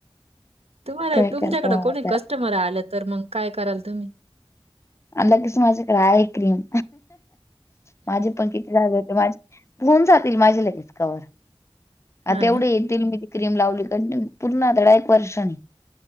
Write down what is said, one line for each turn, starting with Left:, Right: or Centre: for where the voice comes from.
Right: तुम्हाला
Left: काय
Right: तुमच्याकडे
Left: करता
Right: कोणी
Left: आता
Right: कस्टमर आलं तर मग काय कराल तुम्ही?
Left: अगचं माझ्याकडं आहे क्रीम. माझे पण किती डाग होते. माझे होऊन जातील माझे लगेच कवर
Right: हा
Left: आता एवढी
Right: ना?
Left: येतील मी ती क्रीम लावली कणी पूर्ण अर्धा एक वर्षानी